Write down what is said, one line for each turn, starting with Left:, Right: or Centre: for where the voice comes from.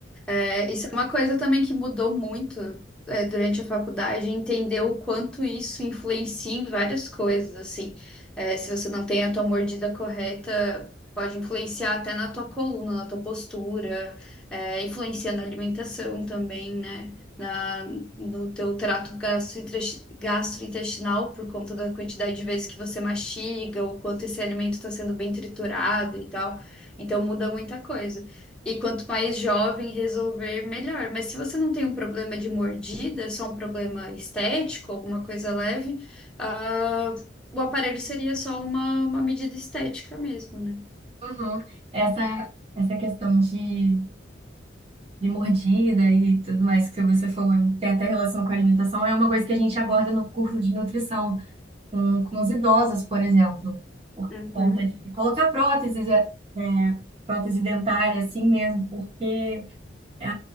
Centre: É, isso é uma coisa também que mudou muito, é, durante a faculdade, entender o quanto isso influencia em várias coisas, assim. É, se você não tem a tua mordida correta, pode influenciar até na tua coluna, na tua postura, é, influencia na alimentação também, né? Na, no teu trato gastrointres- gastrointestinal, por conta da quantidade de vezes que você mastiga, o quanto esse alimento está sendo bem triturado e tal. Então muda muita coisa. E quanto mais jovem resolver, melhor. Mas se você não tem um problema de mordida, é só um problema estético, alguma coisa leve, ah, o aparelho seria só uma, uma medida estética mesmo, né?
Right: Uhum. Essa, essa questão de, de mordida e tudo mais que você falou, tem até relação com a alimentação, é uma coisa que a gente aborda no curso de nutrição, com, com os idosos, por exemplo, por
Centre: Uhum.
Right: conta de colocar próteses, é, é, prótese dentária, assim mesmo, porque é,